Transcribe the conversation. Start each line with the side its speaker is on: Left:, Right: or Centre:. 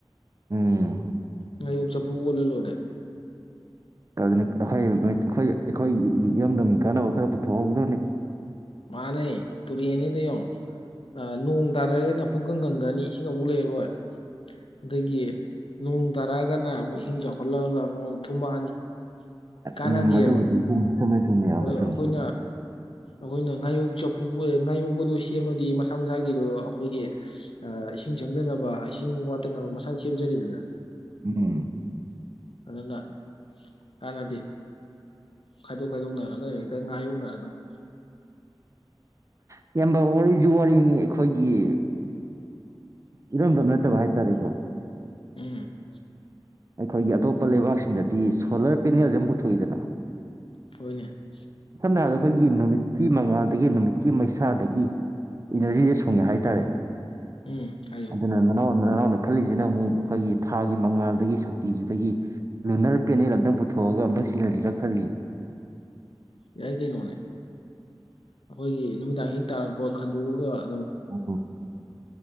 Right: ꯎꯝ
Left: ꯉꯥꯌꯨꯛ ꯆꯐꯨ ꯑꯣꯜꯂ ꯂꯣꯏꯔꯦ
Right: ꯑꯩꯈꯣꯏ ꯑꯩꯈꯣꯏ ꯑꯩꯈꯣꯏꯒꯤ ꯏꯔꯝꯗꯝꯒꯤ ꯀꯥꯟꯅꯕ ꯈꯔ ꯄꯨꯊꯣꯛꯍꯧꯒꯗꯕꯅꯤ
Left: ꯃꯥꯅꯦ ꯇꯨꯔꯦꯟꯅꯤꯗ ꯌꯦꯡꯉꯨ ꯅꯣꯡ ꯇꯥꯗꯔꯒꯅ ꯄꯨꯡ ꯀꯪ ꯀꯪꯈ꯭ꯔꯅꯤ ꯏꯁꯤꯡ ꯑꯃꯨꯛ ꯂꯩꯔꯣꯏ ꯑꯗꯩꯩꯒꯤ ꯅꯣꯡ ꯇꯥꯔꯛꯑꯒꯅ ꯑꯃꯨꯛ ꯏꯁꯤꯡ ꯆꯥꯎꯈꯠꯂꯒ ꯑꯃꯨꯛ ꯊꯨꯝꯃꯛꯑꯅꯤ ꯀꯥꯟꯅꯗꯦꯕ
Right: ꯎꯝ ꯑꯗꯨꯕꯨꯗꯤ ꯆꯨꯨꯝꯃꯦ ꯆꯨꯃꯃꯦ ꯏꯌꯝꯕ
Left: ꯑꯗꯣ
Right: ꯆꯨꯝꯃꯤ
Left: ꯑꯩꯈꯣꯏꯅ ꯑꯩꯈꯣꯏꯅ ꯉꯥꯌꯣꯛ ꯆꯐꯨ ꯉꯥꯌꯣꯛꯄꯥꯗꯣ ꯁꯦꯝꯃꯗꯤ ꯃꯁꯥ ꯃꯁꯥꯒꯤꯗꯣ ꯑꯩꯈꯣꯏꯒꯤ ꯏꯁꯤꯡ ꯆꯪꯗꯅꯕ ꯏꯁꯤꯡ ꯋꯥꯠꯇꯅꯕ ꯃꯁꯥꯅ ꯁꯦꯝꯖꯅꯤ ꯗꯅꯥ
Right: ꯎꯝ
Left: ꯑꯗꯨꯅ ꯀꯥꯟꯅꯗꯦ ꯈꯥꯏꯗꯣꯛ ꯈꯥꯏꯗꯣꯛꯅꯔꯒ ꯍꯦꯛꯇ ꯉꯥ ꯌꯣꯛꯅ ꯔꯥꯗꯧꯅꯤ
Right: ꯑꯦꯌꯝꯕꯥ ꯋꯥꯔꯤꯁꯨ ꯋꯥꯔꯤꯅꯤ ꯑꯩꯈꯣꯏꯒꯤ ꯏꯔꯝꯗꯝ ꯅꯠꯇꯕ ꯍꯥꯏꯇꯥꯔꯦꯀꯣ
Left: ꯎꯝ
Right: ꯑꯩꯈꯣꯏꯒꯤ ꯑꯇꯣꯞꯄ ꯂꯩꯕꯥꯛ ꯁꯤꯟ ꯗꯗꯤ ꯁꯣꯂꯔ ꯄꯦꯅꯦꯜ ꯑꯃ ꯄꯨꯊꯣꯛ <unintelligible>
Left: <unintelligible>
Right: ꯁꯝꯅ ꯍꯥꯏꯔꯕꯗ ꯑꯩꯈꯣꯏꯒꯤ ꯅꯨꯃꯤꯠ ꯀꯤ ꯃꯉꯥꯗꯒꯤ ꯅꯨꯃꯤꯠꯀꯤ ꯃꯩꯁꯥꯗꯒꯤ ꯏꯅꯔꯖꯤꯁꯦ ꯁꯨꯡꯉꯦ ꯍꯥꯏꯇꯥꯔꯦ꯫
Left: ꯎꯝ ꯍꯥꯏꯌꯨ
Right: ꯑꯗꯨꯅ ꯅꯅꯥꯎꯅꯥ ꯈꯜꯂꯤꯁꯤꯅ ꯑꯃꯨꯛ ꯑꯩꯈꯣꯏꯒꯤ ꯊꯥꯒꯤ ꯃꯉꯥꯜꯗꯒꯤ ꯁꯛ ꯇꯤꯁꯤꯗꯒꯤ ꯂꯨꯅꯔ ꯄꯦꯅꯦꯜ ꯑꯃꯇꯪ ꯄꯨꯊꯣꯛꯑꯒ ꯑꯃꯨꯛꯇꯪ ꯁꯤꯟꯅꯁꯤꯔ ꯈꯜꯂꯤ꯫
Left: ꯌꯥꯏ ꯀꯩ ꯅꯣꯅꯦ꯫ ꯑꯩꯈꯣꯏꯒꯤ ꯅꯨꯃꯤꯗꯥꯡ ꯍꯦꯛ ꯇꯥꯔꯛꯄ ꯍꯟꯗꯣꯛꯑꯒ
Right: ꯎ